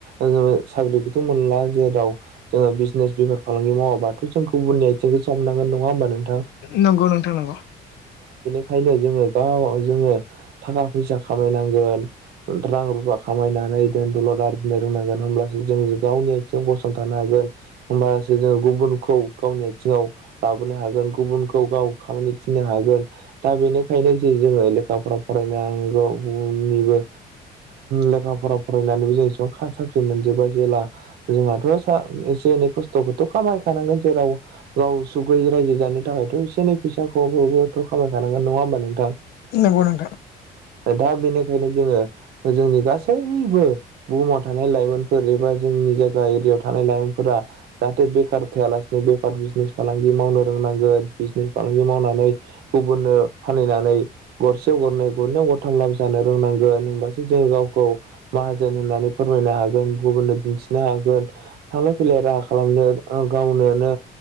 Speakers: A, on the right; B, on the left.
A: ओ साख्रिखौथ' मोनला जेराव जोङो बिजनेस बेफार फालांगि मावाबाथ' जोंखौ गुबुननि आथिंखौसो हमनो नांगोन नङा होमबा नों
B: नंगौ नोंथां नंगौ
A: ओंखायनो जोङो गाव जोङो थाखा फैसा खामायनांगोन रां रुफा खामायनानै दोन दौलद आरजिनो रोंनांगोन होमब्लासो जों गावनि आथिङाव गसंथानो हागोन होमबासो जों गुबुनखौ गावनि आथिङाव लाबोनो हागोन गुबुनखौ गाव खामानि थिननो हागोन दा बेनिखायनो जो-जोङो लेखा फरा फरायनाल नांगौनिबो लेखा फरा फर रायनानै जों साख्रि मोनजोबा जेला जोंहाथ' सा एसे एनै खस्थ'खौथ' खामायखा नांगोन जेराव गाव सुग गैयै रायजो जानो थाखायथ' एसे एै फैसाखौबो' खामायखानांगोन नङा होम बा नोंथां
B: नंगौ नोंथां
A: दा बेनिखायनो जोङो जोंनि गासै निबो बुहुमाव थानाय लाइमोनफोर एबा जोंनि जायगा एरियायाव थानाय लाइमोनफोरा जाहाथे बे बेखार थायालासिनो बेफार बिजनेस फालांगि मावनो रोंनांगोन बिजनेस फालांगि मावनानै गुबुननो फानहैनानै गरसेयाव गरनै गरनैवाव गरथाम लाब जानो रोंनांगोन होनबासो जोङो गावखौ माहाजोन होननानै फोरमायनो हागोन गुबुननो दिन्थिनो हागोन थांलाय फैलाय राहा खालामनो गावनो नो